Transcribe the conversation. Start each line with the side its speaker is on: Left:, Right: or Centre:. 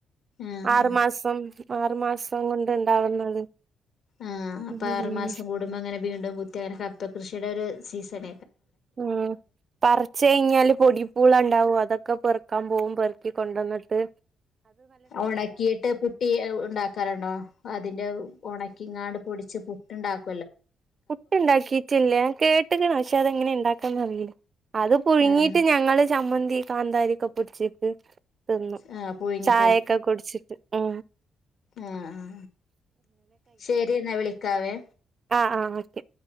Left: ആഹ്
Right: ആറു മാസം ആറു മാസം കൊണ്ട് ഉണ്ടാവുന്നത്
Left: ആഹ് അപ്പൊ
Right: ഉം
Left: ആറുമാസം കൂടുമ്പോ അങ്ങനെ വീണ്ടും കുത്തി അങ്ങനെ കപ്പ കൃഷിയുടെ ഒരു സീസണ
Right: ഉം പച്ച് കഴിഞ്ഞാല് പൊടിപ്പൂള ഉണ്ടാവും അതൊക്കെ ഒക്കെ പെറുക്കാൻ പോകും പെറുക്കി കൊണ്ട വന്നിട്ട്
Left: ഉണക്കിയിട്ട് പുട്ടി ഉണ്ടാക്കാറുണ്ടോ അതിന്റെ ഉണക്കി ഇങ്ങാണ്ട് പൊടിച്ച് പുട്ട് ഉണ്ടാക്ക
Right: പുട്ട് ഉണ്ടാക്കിട്ടില്ലേ കേട്ടക്കണ പക്ഷെ അതെങ്ങനെ ഇണ്ടാക്കാന്ന് അറിയില്ല അത് പുഴുങ്ങിട്ട്
Left: ആഹ്
Right: ഞങ്ങള് ചമ്മന്തി കാന്താരിരിക്കെ പൊടച്ചിക്ക് തിന്നു
Left: ആഹ് പുഴുങ്ങി
Right: ചായയൊക്കെ കുടിച്ചിട്ട് ഉ
Left: ആഹ ആ ശരി എന്നാ വിളിക്കാവേ
Right: ആഹ ആഹ് ഓക്കെ